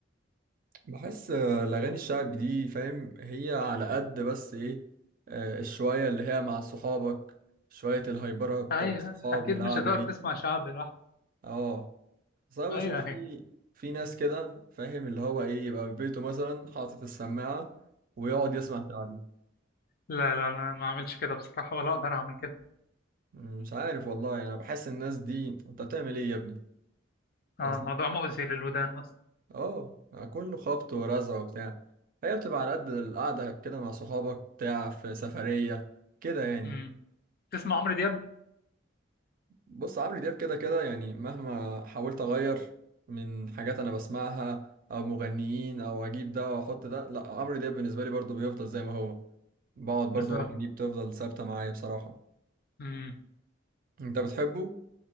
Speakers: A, on the right (about 50°); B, on the left (about 50°).
A: بحس آه، الاغاني الشعبي دي فاهم هي على قد بس ايه آه، الشويه اللي هي مع صحابك شويه الهايبره بتوع
B: ايوه
A: الصحاب
B: اكيد
A: والقعده
B: مش هتقدر
A: دي
B: تسمع شعب لوحدك
A: اه اصل انا
B: ايوه
A: بشوف في
B: ايوه
A: في ناس كده فاهم اللي هو ايه يبقى في بيته مثلا حاطط السماعة ويقعد يسمع شعبي
B: لا لا انا ما اعملش كده بصراحه ولا اقدر اعمل كده
A: مش عارف والله يعني انا بحس الناس دي انت بتعمل ايه يا ابني
B: اه
A: اصلا
B: الموضوع مؤذي للودان اصلا
A: اه يعني كله خبط ورزع وبتاع هي بتبقى على قد القعدة كده مع صحابك بتاع في سفرية كده يعني
B: امم تسمع عمرو دياب
A: بص عمرو دياب كده كده يعني مهما حاولت اغير من حاجات انا بسمعها او مغنيين او اجيب ده واحط ده لا عمرو دياب بالنسبه لي برضو بيفضل زي ما هو بقعد برضو
B: بالظبط
A: اغانيه بتفضل ثابته معايا بصراحه
B: امم
A: انت بتحبه